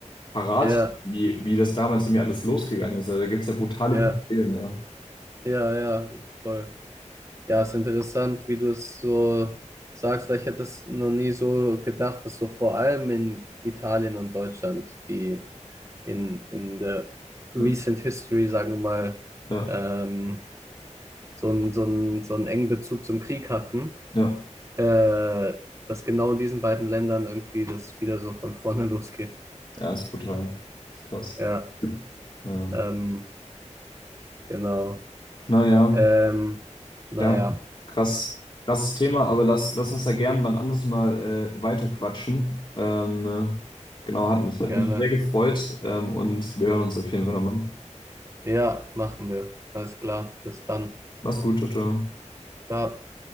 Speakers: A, on the left; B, on the right.
A: parat
B: Ja,
A: habe, wie, wie das damals in mir alles losgegangen ist. Also, da gibt es ja brutale
B: ja,
A: Parallelen, ja.
B: ja, ja, voll. Ja, ist interessant, wie du es so sagst, weil ich hätte es noch nie so gedacht, dass so vor allem in Italien und Deutschland, die in, in der
A: Ja,
B: recent history, sagen wir mal,
A: ja,
B: ähm, so einen, so einen, so einen engen Bezug zum Krieg hatten
A: ja,
B: äh, dass genau in diesen beiden Ländern irgendwie das wieder so von vorne <laughs> losgeht.
A: ja, ist brutal. Ist krass.
B: Ja,
A: Naja,
B: ähm, genau.
A: naja,
B: Ähm, naja,
A: ja, krass, krasses Thema, aber lass, lass uns da gern wann anders mal äh, weiterquatschen. Ähm, genau, hat mich, hat
B: gerne.
A: mich sehr gefreut ähm, und wir hören uns auf jeden Fall nochmal.
B: Ja, machen wir. Alles klar. Bis dann.
A: Mach's gut, ciao, ciao.
B: Ciao.